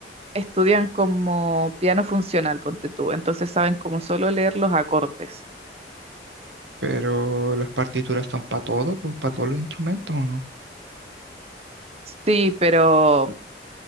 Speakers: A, on the right; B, on the right.
A: estudian como piano funcional, ponte tú. Entonces saben como solo leer los acordes.
B: Pero las partituras son para todo, pues para todos los instrumentos, ¿o no?
A: Sí, pero,